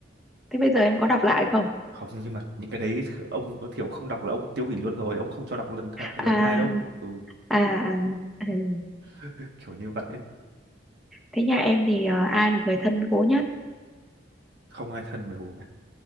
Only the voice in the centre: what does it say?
thế bây giờ em có đọc lại không
à
à, à ừ.
thế nhà em thì ờ, ai là người thân bố nhất